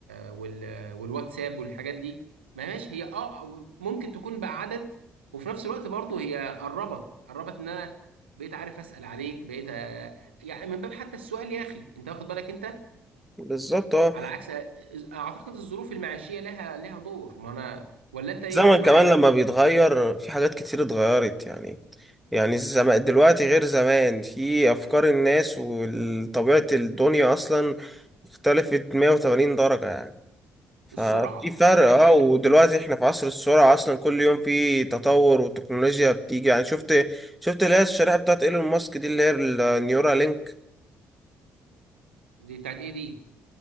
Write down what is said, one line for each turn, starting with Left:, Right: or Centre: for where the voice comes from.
Right: وال والواتساب والحاجات دي ما ماشي هي اه ممكن تكون بعدت وفي نفس الوقت برضه هي قربت قربت ان انا بقيت عارف اسال عليك بقيت آه، يعني من باب حتى السؤال يا اخي انت واخد بالك انت
Centre: بالظبط اه
Right: على عكس اعتقد الظروف المعيشيه لها لها دور ما انا ولا انت ايه
Centre: زمن
Right: مش معايا
Centre: كمان لما بيتغير في حاجات كتير اتغيرت يعني يعني الزمان دلوقتي غير زمان في أفكار الناس وطبيعة الدنيا أصلا اختلفت 180 درجة يعني ففي
Right: السرعه
Centre: فرق
Right: السرعه
Centre: اه
Right: انت جبت
Centre: ودلوقتي احنا في عصر السرعة أصلا كل يوم في تطور وتكنولوجيا بتيجي يعني شفت شفت اللي هي الشريحة بتاعت ايلون ماسك دي اللي هي النيورالينك
Right: دي بتاعت ايه دي